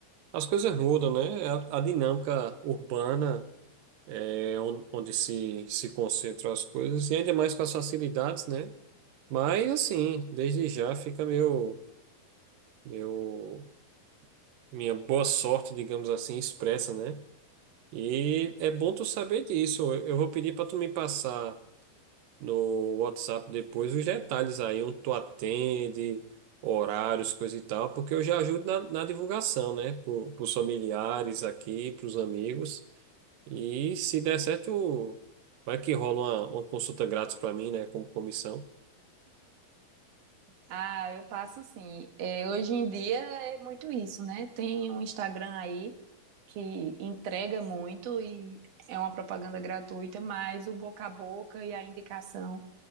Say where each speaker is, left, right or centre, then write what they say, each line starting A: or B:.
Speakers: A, on the right; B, on the right.
A: As coisas mudam, né? A, a dinâmica urbana é on- onde se, se concentram as coisas, e ainda mais com as facilidades, né? Mas, assim, desde já fica meu, meu, minha boa sorte, digamos assim, expressa, né? E é bom tu saber disso. Eu vou pedir para tu me passar no WhatsApp depois os detalhes aí, onde tu atende, horários, coisa e tal, porque eu já ajudo na, na divulgação, né? Para os familiares aqui, para os amigos. E se der certo, vai que rola uma, uma consulta grátis para mim, né? Como comissão.
B: Ah, eu passo sim. É, hoje em dia é muito isso, né? Tem um Instagram aí que entrega muito e é uma propaganda gratuita, mas o boca a boca e a indicação